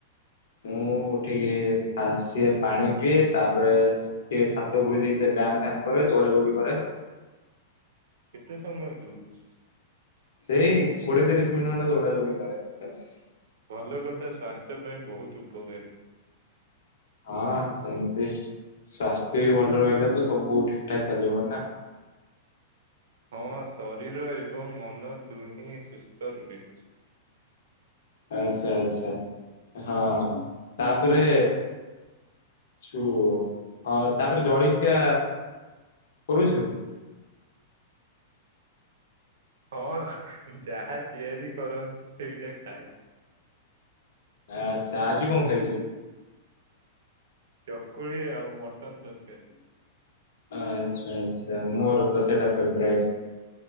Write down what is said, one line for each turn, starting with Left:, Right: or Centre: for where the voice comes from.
Left: ମୁଁ ଉଠିକି ଫାଷ୍ଟ ପାଣି ପିଏ, ତାପରେ ସେ ଛାତ ଉପରୁକୁ ଯାଇ ସେ ବ୍ୟାୟାମ୍ ଫ୍ୟାମ୍ କରେ, ଦୌଡା ଦୌଡି କରେ।
Right: କେତେ ସମୟ ଦୌଡୁଛୁ?
Left: ସେଇ କୋଡିଏ ତିରିଶ ମିନିଟ ଖଣ୍ଡେ ଦୌଡା ଦୌଡି କରେ ବାସ୍।
Right: ଭଲ କଥା, ସ୍ୱାସ୍ଥ୍ୟ ପାଇଁ ବହୁତ ଉପକାରୀ।
Left: ହଁ ସେମିତି ସ୍ୱାସ୍ଥ୍ୟ ବି ଭଲ ରହିଲେ, ତ ସବୁ ଠିକ୍ ଠାକ୍ ଚାଲିବ ନା।
Right: ହଁ ଶରୀର ଏବଂ ମନ ଦୁହେଁ ସୁସ୍ଥ ରୁହେ।
Left: ଆଚ୍ଛା ଆଚ୍ଛା ହଁ ତାପରେ ଛୁ ହଁ ତାପରେ ଜଳଖିଆ କରୁଛୁ?
Right: ହଁ ଯାହା ତିଆରି କରନ୍ତି ସେଇଟା ଖାଏ।
Left: ଆଚ୍ଛା ଆଜି କଣ ଖାଇଛୁ?
Right: ଚକୁଳି ଆଉ ମଟନ ତରକାରୀ।
Left: ଆଚ୍ଛା ଆଚ୍ଛା ମୋର ତ ସେଇଟା ଫେବରାଇଟ୍।